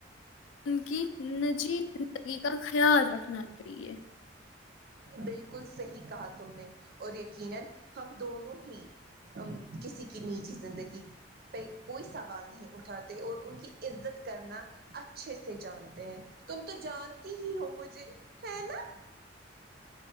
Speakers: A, on the left (about 80°); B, on the right (about 50°).
A: ان کی نجی زندگی کا خیال رکھنا چاہیے
B: بالکل صحیح کہا تم نے اور یقینا ہم دونوں ہی امم کسی کی نجی زندگی پہ کوئی سوال نہیں اٹھاتے اور ان کی عزت کرنا اچھے سے جانتے ہیں تم تو جانتی ہی ہو مجھے ہے نا